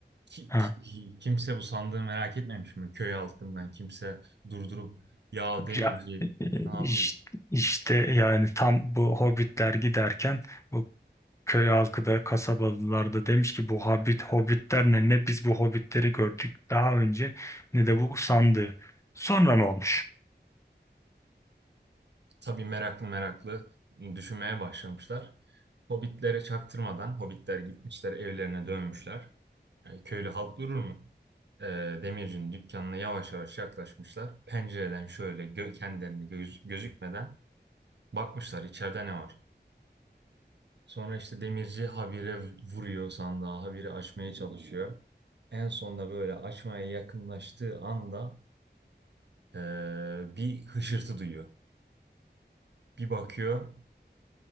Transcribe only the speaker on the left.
ha,
ya, e,
işte, işte yani tam bu hobbitler giderken bu köy halkı da kasabalılar da demiş ki bu hobbit hobbitler ne ne biz bu hobbitleri gördük daha önce ne de bu sandığı. Sonra ne olmuş?